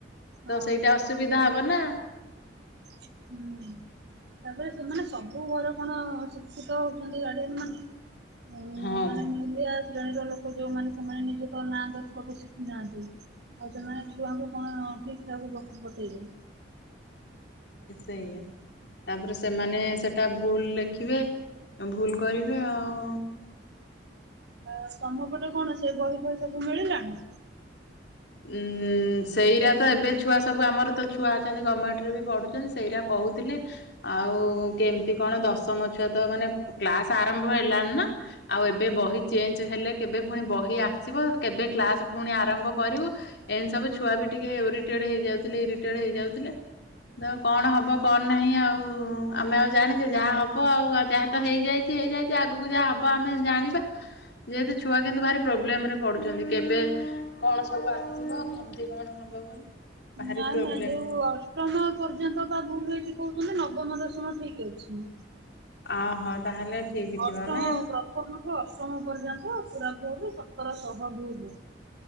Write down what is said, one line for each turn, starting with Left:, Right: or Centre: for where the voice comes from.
Right: ହଁ
Left: ତ ସେଇଟା ଅସୁବିଧା ହବ ନା।
Right: ହୁଁ। ତାପରେ ସେମାନେ ସବୁ ଘରେର କଣ ଶିକ୍ଷିତ ହଉଛନ୍ତି ଗାଡିଆ ମାନେ। ହ
Left: ହଁ
Right: ମାନେ। ଓଆ ଶ୍ରେଣୀର ଲୋକ ଯୋଉମାନେ ସେମାନେ ନିଜ ତ ନାଁ ଦର୍ଶକ ଶିଖିନାହାନ୍ତି। ଆଉ ସେମାନେ ଛୁଆଙ୍କୁ କଣ ଠିକ୍ ଠାକୁ ପକେଇବୁ।
Left: ହ ସେୟା ତାପରେ ସେମାନେ ସେଇଟା ଭୁଲ ଲେଖିବେ ଭୁଲ କରିବେ ଆଉ।
Right: ଅ ତମ ପଟେ କଣ ସେ ବହି ଫହି ସବୁ ମିଳିଲାଣି।
Left: ଉଁ ସେଇରା ତ ଏବେ ଛୁଆ ସବୁ ଆମର ତ ଛୁଆ ଅଛନ୍ତି ଗଭର୍ଣମେଣ୍ଟରେ ବି ପଢୁଛନ୍ତି ସେଇରା କହୁଥିଲେ। ଆଉ କେମିତି କଣ ଦଶମ ଛୁଆ ତ ମାନେ କ୍ଲାସ ଆରମ୍ଭ ହେଲାଣି ନା। ଆଉ ଏବେ ବହି ଚେଞ୍ଜ ହେଲେ କେବେ ପୁଣି ବହି ଆସିବ କେବେ କ୍ଲାସ ପୁଣି ଆରମ୍ଭ କରିବୁ। ଏନ୍ତି ସବୁ ଛୁଆ ବି ଟିକେ ଓରିଟେଡ୍ ହେଇଯାଉଥିଲେ, ଇରିଟେଡ୍ ହେଇଯାଉଥିଲେ। କଣ ହବ କଣ ନାହିଁ ଆଉ ଆମେ ଆଉ ଜାଣିଛେ, ଯାହା ହବ ଆଉ। ଆଉ ଯାହା ତ ହେଇଯାଇଛି, ହେଇଯାଇଛି ଆଗକୁ ଯାହା ହବ ଆମେ ଜାଣିବା। ଯେହେତୁ ଛୁଆ କିନ୍ତୁ ଭାରି ପ୍ରୋବ୍ଲେମ ରେ ପଡୁଛନ୍ତି, କେବେ କଣ ସ ସବୁ ଆସିବ କେମିତି କଣ ହବ ବୋଲି? ଭାରି
Right: ନାଇଁ
Left: ପ୍ରୋବ୍ଲେମ
Right: ନାଇଁ ଯୋଉ ଅ ଅଷ୍ଟମ ପର୍ଯ୍ୟନ୍ତ ବା ଭୁଲ ହେଇଚି କହୁଛନ୍ତି, ନବମ ଦଶମ ଠିକ୍ ଅଛି।
Left: ଆ ହୋ ତାହେଲେ ଠିକ
Right: ଅଷ୍ଟମ
Left: ଥିବ ନାଇଁ
Right: ପ୍ରଥମଠୁ ଅଷ୍ଟମ ପର୍ଯ୍ୟନ୍ତ ପୁରା ଭୁଲ୍, ସତର ଶହ ଭୁଲ୍।